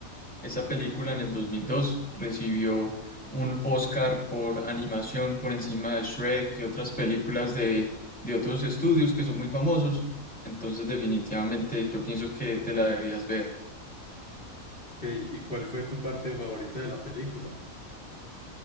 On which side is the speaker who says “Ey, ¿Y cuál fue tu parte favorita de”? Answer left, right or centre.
Left